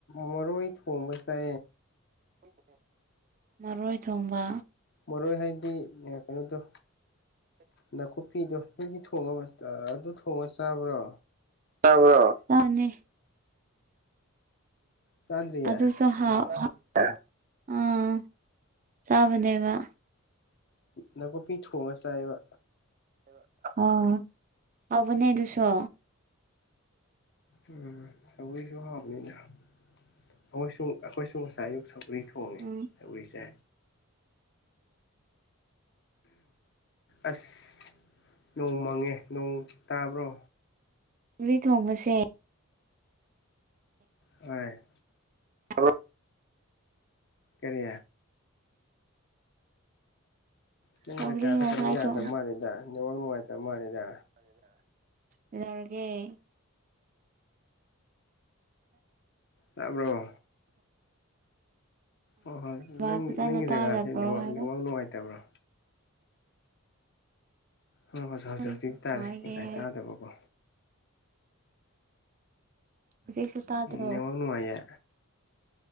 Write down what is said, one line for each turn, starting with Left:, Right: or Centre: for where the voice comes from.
Left: ꯃꯔꯣꯏ ꯊꯣꯡꯕꯁꯦ
Right: ꯃꯔꯣꯏ ꯊꯣꯡꯕ
Left: ꯃꯔꯣꯏ ꯍꯥꯏꯗꯤ ꯀꯩꯅꯣꯗꯣ ꯅꯥꯀꯨꯞꯄꯤꯗꯣ ꯅꯣꯏꯗꯤ ꯊꯉ ꯑꯗꯨ ꯊꯣꯡꯉꯒ ꯆꯥꯕ꯭ꯔꯣ
Right: ꯑ ꯍ ꯍꯅꯦ
Left: ꯆꯥꯗ꯭ꯔꯤꯌꯦ
Right: ꯑꯗ ꯁ ꯑꯥ ꯆꯥꯕꯅꯦꯕ
Left: ꯅꯥꯀꯨꯞꯄꯤ ꯊꯣꯡꯉ ꯆꯥꯏꯕ
Right: ꯑ ꯑꯕꯅꯦꯗꯨꯁ
Left: ꯎꯝ ꯁꯪꯤꯁꯨ ꯍꯥꯎꯕꯅꯤꯅ ꯑꯩꯈꯣꯏꯁꯨ ꯑꯩꯈꯣꯏꯁꯨ ꯉꯁꯥꯏ ꯑꯌꯨꯛ ꯁꯪ ꯎꯔꯤ ꯊꯣꯡꯉꯦ
Right: ꯎꯝ
Left: ꯎꯔꯤꯁꯦ ꯑꯁ ꯅꯣꯡ ꯃꯪꯉꯦ ꯅꯣꯡ ꯇꯥꯕ꯭ꯔꯣ
Right: ꯔꯤ ꯊꯣꯃꯁꯦ
Left: ꯑ
Right: ꯑ
Left: ꯀꯔꯤꯌꯥ ꯅꯪ
Right: ꯁꯁ
Left: ꯖꯒꯥꯗ ꯀꯩꯅꯣ ꯌꯥꯗꯕ ꯃꯥꯜꯂꯦꯗ ꯅꯦꯠꯋꯥꯛ ꯅꯨꯡꯉꯥꯏꯇꯕ ꯃꯥꯜꯂꯦꯗ
Right: ꯂꯔꯒꯦ
Left: ꯇꯥꯕ꯭ꯔꯣ ꯍꯣꯏ ꯍꯣꯏ ꯅꯪ
Right: ꯑ ꯐꯖꯅ
Left: ꯅꯪꯒꯤ ꯖꯒꯥꯁꯦ
Right: ꯇꯥꯗꯕ꯭ꯔꯣ
Left: ꯅꯦꯠꯋꯥꯛ
Right: ꯍꯥꯏꯕ
Left: ꯅꯦꯠꯋꯥꯛ ꯅꯨꯡꯉꯥꯏꯇꯕ꯭ꯔꯣ ꯑꯣ ꯍꯖꯤꯦ ꯍꯖꯤꯦ
Right: ꯍꯧꯖꯤꯛꯇꯤ
Left: ꯍꯧꯖꯤꯛ
Right: ꯅꯨꯡꯉꯥꯏꯌꯦ
Left: ꯇꯥꯔꯦ ꯉꯁꯥꯏ ꯇꯥꯗꯕꯀꯣ
Right: ꯍꯧꯖꯤꯛꯁꯨ ꯇꯥꯗ꯭ꯔꯣ
Left: ꯅꯦꯃ ꯅꯅꯨꯡꯉꯥꯏꯌꯥ